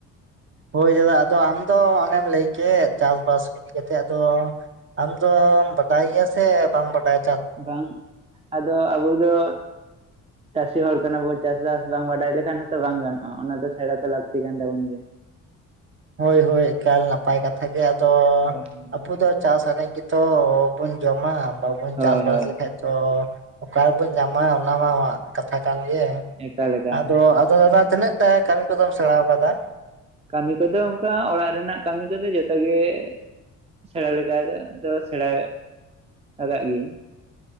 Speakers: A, on the right (about 40°); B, on the right (about 20°).
A: ᱦᱳᱭ ᱫᱟᱫᱟ ᱟᱫᱚ ᱟᱢᱫᱚ ᱚᱱᱮᱢ ᱞᱟᱹᱭ ᱠᱮᱫ ᱪᱟᱥᱵᱟᱥ ᱤᱫᱤ ᱠᱟ ᱠᱟᱛᱮᱫ ᱟᱫᱚ ᱟᱢ ᱫᱚᱼᱢ ᱵᱟᱰᱟᱭ ᱜᱮᱭᱟ ᱥᱮ ᱵᱟᱢ ᱵᱟᱰᱟᱭ
B: ᱵᱟᱝ ᱟᱫᱚ ᱟᱵᱚ ᱫᱚ ᱪᱟᱹᱥᱤ ᱦᱚᱲ ᱠᱟᱱᱟ ᱵᱚᱱ ᱪᱟᱥᱵᱟᱥ ᱵᱟᱝ ᱵᱟᱰᱟᱭ ᱞᱮᱠᱷᱟᱱ ᱦᱚᱸᱛᱚ ᱵᱟᱝ ᱜᱟᱱᱚᱜᱼᱟ ᱚᱱᱟ ᱫᱚ ᱥᱮᱬᱟ ᱛᱮ ᱞᱟᱹᱠᱛᱤ ᱠᱟᱱ ᱛᱟᱵᱚᱱ ᱜᱮᱭᱟ
A: ᱦᱳᱭ ᱦᱳᱭ ᱮᱠᱟᱞ ᱱᱟᱯᱟᱭ ᱠᱟᱛᱷᱟ ᱜᱮ ᱟᱫᱚ
B: ᱦᱳᱭ ᱦᱳᱭ
A: ᱟᱵᱚ ᱫᱚ ᱪᱟᱥ ᱟᱹᱫᱧ <unintelligible> ᱜᱮᱛᱚ ᱵᱚᱱ ᱡᱚᱢᱟ ᱵᱟᱵᱚᱱ
B: ᱦᱳᱭ
A: ᱪᱟᱥ ᱵᱟᱥ
B: ᱦᱳᱭ
A: ᱞᱮᱠᱷᱟᱡ ᱛᱚ ᱚᱠᱟᱨᱮᱵᱚᱱ ᱧᱟᱢᱟ ᱚᱱᱟ ᱢᱟ ᱠᱟᱛᱷᱟ ᱠᱟᱱ ᱜᱮ
B: ᱮᱠᱟᱞ ᱮᱠᱟᱞ
A: ᱟᱫᱚ ᱟᱫᱚ ᱫᱟᱫᱟ ᱛᱤᱱᱟᱹᱜ ᱴᱟᱭ ᱠᱟᱹᱢᱤ ᱠᱚᱫᱚᱢ ᱥᱮᱬᱟ ᱟᱠᱟᱫᱟ
B: ᱠᱟᱹᱢᱤ ᱠᱚᱫᱚ ᱚᱱᱠᱟ ᱚᱲᱟᱜ ᱨᱮᱱᱟᱜ ᱠᱟᱹᱢᱤ ᱠᱚᱫᱚ ᱡᱚᱛᱚᱜᱮ ᱥᱮᱬᱟ ᱞᱮᱠᱟ ᱫᱚ ᱥᱮᱬᱟ ᱟᱠᱟᱫ ᱜᱤᱭᱟᱹᱧ ᱾